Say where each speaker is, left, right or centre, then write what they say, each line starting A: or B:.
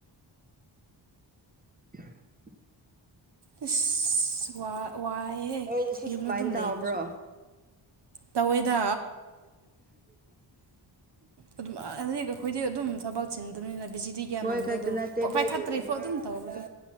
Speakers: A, on the right (about 20°); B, on the right (about 60°).
A: <unintelligible>
B: ꯏꯁꯁ ꯋꯥꯏꯑꯦꯍ
A: ꯅꯣꯏꯁꯨ
B: ꯌꯨꯝꯗ
A: ꯁꯨꯃꯥꯏꯅ
B: ꯑꯗꯨꯝ
A: ꯇꯥꯎꯕ꯭ꯔꯣ
B: ꯂꯩꯕꯁꯨ ꯇꯧꯋꯦꯗ ꯑꯗꯨꯝ ꯑꯗꯤ ꯑꯩꯈꯣꯏꯗꯤ ꯑꯗꯨꯝ ꯊꯕꯛ ꯆꯤꯟꯗꯕꯅꯤꯅ ꯕꯤꯖꯤꯗꯤ ꯀꯌꯥ
A: ꯃꯣꯏ
B: ꯅꯝꯗꯦ
A: ꯈꯛꯇ
B: ꯑꯗꯨ
A: ꯅꯠꯇꯦ ꯑꯩꯈꯣꯏꯒꯤ
B: ꯄꯥꯏꯈꯠꯇ꯭ꯔꯤꯐꯥꯎ
A: ꯏꯃꯥꯒꯗ
B: ꯑꯗꯨꯝ ꯇꯧꯕꯗꯣ